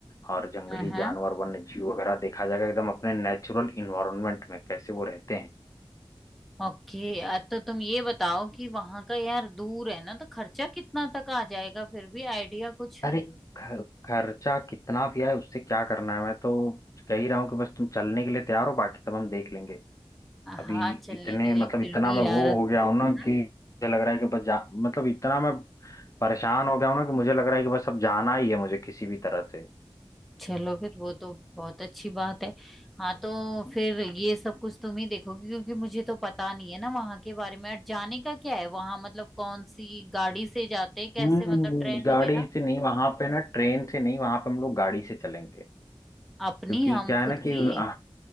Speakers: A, on the left; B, in the centre.
A: और जंगली
B: हाँ
A: जानवर वन्य जीव वगैरह देखा जाएगा एकदम अपने नेचुरल इन्वायरमेंट में कैसे वो रहते हैं
B: ओके अ, तो तुम ये बताओ कि वहाँ का यार दूर है ना तो खर्चा कितना तक आ जाएगा फिर भी आइडिया कुछ
A: अरे ख- खर्चा कितना भी आए उससे क्या करना है मैं तो कह ही रहा हूँ कि बस तुम चलने के लिए तैयार हो बाकी सब हम देख लेंगे अभी
B: हाँ चलने
A: इतने
B: के
A: मतलब
B: लिए फिर
A: इतना
B: भी
A: मैं वो
B: यार हम्म?
A: हो गया हूँ ना कि मुझे लग रहा है कि बस जा मतलब इतना मैं परेशान हो गया हूँ ना कि मुझे लग रहा है कि बस अब जाना ही है मुझे किसी भी तरह से
B: चलो फिर वो तो बहुत अच्छी बात है हाँ तो फिर ये सब कुछ तुम ही देखोगे क्योंकि मुझे तो पता नहीं है ना वहाँ के बारे में और जाने का क्या है वहाँ मतलब कौन सी गाड़ी से जाते हैं कैसे
A: हम्म
B: मतलब ट्रेन
A: गाड़ी
B: वगैरह
A: से नहीं वहां पे ना ट्रेन से नहीं वहां पे हम लोग गाड़ी से चलेंगे
B: अपनी
A: क्योंकि
B: हम
A: क्या
B: खुद
A: है ना कि
B: की
A: आ,